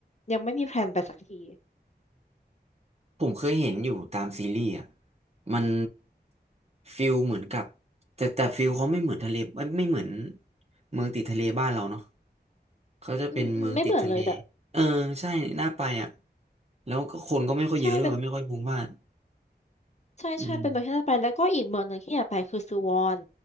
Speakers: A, on the left (about 40°); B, on the right (about 35°).
A: ยังไม่มีแพลนไปสักที
B: ผมเคยเห็นอยู่ตามซีรีส์อ่ะมันฟิลเหมือนกับแต่แต่ฟิลเขาไม่เหมือนทะเลไม่ไม่เหมือนเมืองติดทะเลบ้านเราเนาะเขาจะเป็นเมืองติดทะเล
A: อืมอืมไม่เหมือนเลยแต่
B: เออใช่น่าไปอ่ะแล้วก็คนก็ไม่ค่อยเยอะด้วยมันไม่ค่อยพลุกพล่าน
A: ใช่เป็น ใช่ใช่เป็นเมืองที่น่าไปแล้วก็อีกเมืองหนึ่งที่อยากไปคือซูวอน
B: อืม